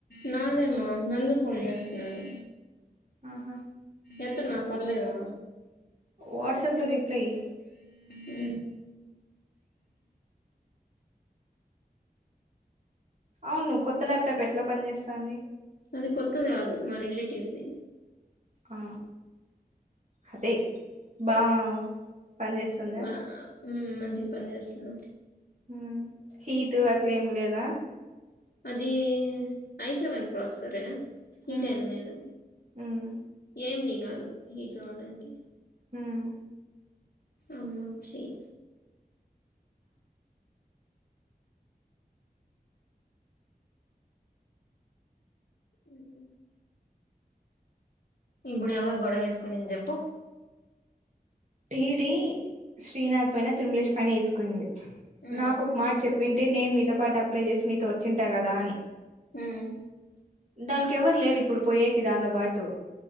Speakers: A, on the left; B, on the right.
A: నాదేమా నందు పోన్ చేస్తున్నాడు
B: ఆహా
A: ఎత్తు మా పర్లేదు
B: వాట్సాప్ లో రిప్లై ఈ
A: ఉ
B: అవును కొత్త ల్యాప్టాప్ ఎట్లా పని చేస్తాంది
A: అది కొత్తది కాదు మా రిలేటివ్స్ ది
B: ఆ అదే బా పని చేేస్తుందా
A: వా మ్మ్ మంచిగా పని చేస్తున్నా
B: మ్మ్ హీటు అట్లెం లేదా
A: అది ఐ సెవెన్ ప్రాసెసరె హీట్
B: ఉమ్
A: ఏం లేదు
B: ఉమ్
A: ఏం డి కాదు హీట్ రావడానికి
B: మ్మ్
A: అమ్మ కి చెయ్ మ్మ్ ఇప్పుడు ఎవరూ గొడవ వేసుకునింది చెప్పు
B: టీడీ శ్రీనాథ్ పైన తిరుమలేష్ పైన వేసుకోయింది
A: హ్మ్
B: నాకు ఒక మాట చెప్ ప్పింటే నేను మీతో పాటు అప్లై చేసి మీతో వచ్చింటా కదా అని
A: మ్మ్
B: దానికి ఎవరు లేరు ఇప్పుడు పోయేకి దాంతో పాటు